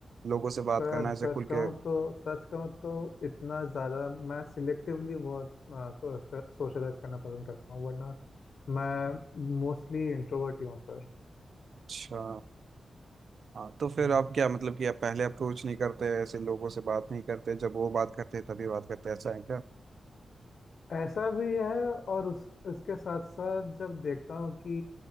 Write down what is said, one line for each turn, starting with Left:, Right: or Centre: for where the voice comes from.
Right: लोगों से बात
Left: सर
Right: करना ऐसे
Left: सच
Right: खुल
Left: कहूँ
Right: के
Left: तो सच कहूँ तो इतना ज़्यादा मैं सिलेक्टिवली बहुत सोशलाइज करना पसंद करता हूँ वरना मैं मोस्टली इंट्रोवर्ट ही हूँ सर
Right: अच्छा हाँ तो फिर
Left: हम्म।
Right: आप क्या मतलब कि आप पहले अप्रोच नहीं करते ऐसे लोगों से बात नहीं करते जब वो बात करते हैं तभी बात करते हैं ऐसा है क्या
Left: ऐसा भी है और उस उसके साथ साथ जब देखता हूँ कि